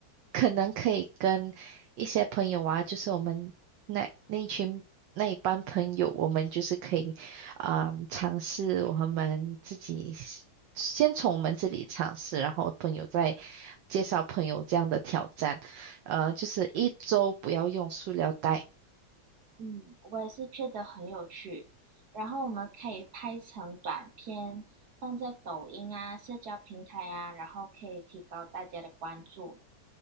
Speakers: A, on the right (about 70°); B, on the right (about 55°).
A: 可能可以跟一些朋友啊，就是我们那那一群那一班朋友，我们就是可以啊、尝试我们自己先从我们这里尝试，然后朋友再介绍朋友这样的挑战，呃，就是一周不要用塑料袋。
B: 嗯，我也是觉得很有趣。然后我们可以拍成短片，放在抖音啊、社交平台啊，然后可以提高大家的关注，